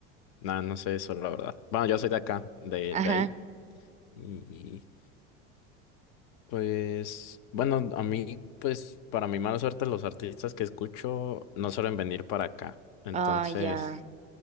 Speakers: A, on the left; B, on the right.
A: nada, no sé eso, la verdad. Bueno, yo soy de acá, de,
B: ajá,
A: de ahí. Y pues, bueno, a mí, pues, para mi mala suerte, los artistas que escucho no suelen venir para acá. Entonces,
B: ay, ya.